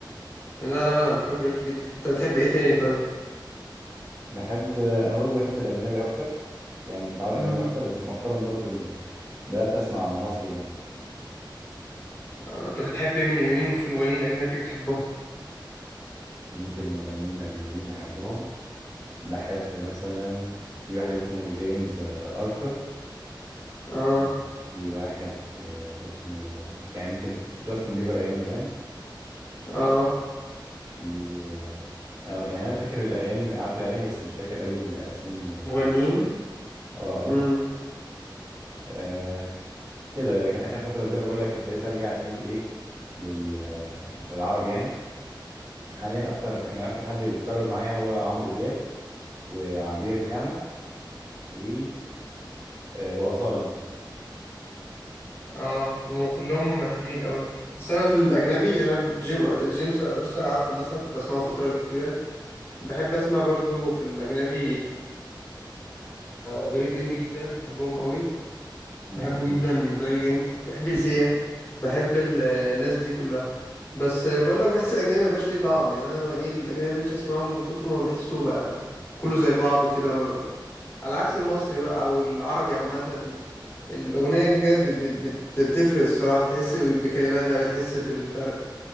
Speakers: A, on the left; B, on the right.
A: لا لا لا انا بحب كايروكي جدا انت بتحب ايه تاني طيب
B: بحب انا برضو بحب الاجنبي اكتر يعني متعود على
A: امم
B: الاجنبي اكتر بس مؤخرا برضو ال... بدات اسمع مصري يعني
A: آه، انت بتحب مين مين في المغنيين الاجنبي بتحبهم
B: مين في المغنيين الاجنبيين بحبهم بحب مثلا في واحد اسمه جيمس آه، ارثر
A: اه
B: في في واحد آه، اسمه يعني ممكن جاستن بيبر ايام زمان
A: اه
B: في آه، يعني انا فاكر الاغاني عارف الاغاني بس مش فاكر قوي الاسامي ال- الم-
A: مغنيين
B: اه اه
A: امم
B: آه، كده لكن اخر فتره زي ما بقول لك ابتديت ارجع تاني لايه لل... آه، للعربي يعني حاليا اكتر يعني اكتر حد بيتكرر معايا هو عمرو دياب وعبير نعمة و آه، وأصالة مثلا
A: اه هم كلهم حلوين قوي بس انا في الاجنبي يعني انا جيم جيمس ارثر عارفه مثلا كنت بسمعه فتره كتيره بحب اسمع برضو في الاجنبي ذا ويك اند جدا بحبهم قوي
B: مم،
A: بحبه
B: اكيد
A: جدا ذا ويك اند بحب سيا بحب ال- الناس دي كلها بس بقول لك بحس الاجنبي مبقاش ليه طعم يعني انا ايه الاجنبي مبقتش اسمعه من كتر ما بحسه بقى كله زي بعضه كده على عكس المصري بقى او العربي عامه الأغنية كده كده بت- بت- بت- بتفرق الصراحة بتحس ب- بكلماتها بتحس بالفرق